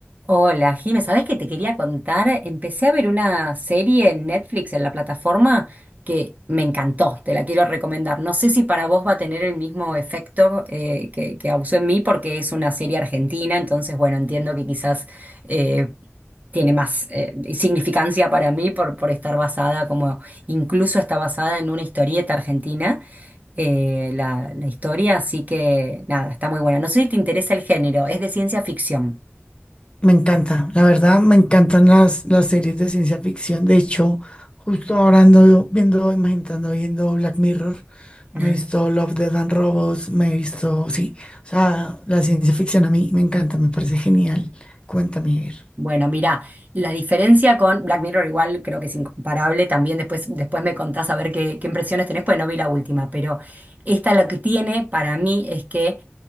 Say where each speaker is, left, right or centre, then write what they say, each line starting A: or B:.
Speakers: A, on the right; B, on the left.
A: Hola, Jime, ¿sabés qué te quería contar? Empecé a ver una serie en Netflix, en la plataforma, que me encantó, te la quiero recomendar. No sé si para vos va a tener el mismo efecto eh, que, que causó en mí, porque es una serie argentina, entonces, bueno, entiendo que quizás eh, tiene más eh, significancia para mí por, por estar basada, como incluso está basada en una historieta argentina, eh, la, la historia, así que nada, está muy buena. No sé si te interesa el género, es de ciencia ficción.
B: Me encanta, la verdad me encantan las, las series de ciencia ficción. De hecho, justo ahora ando viendo, imaginando, viendo Black Mirror. Me
A: Ah.
B: he visto Love, Death and Robots, me he visto, sí. O sea, la ciencia ficción a mí me encanta, me parece genial. Cuéntame, a ver.
A: Bueno, mira, la diferencia con Black Mirror igual creo que es incomparable. También después, después me contás a ver qué, qué impresiones tenés, pues no vi la última, pero esta lo que tiene para mí es que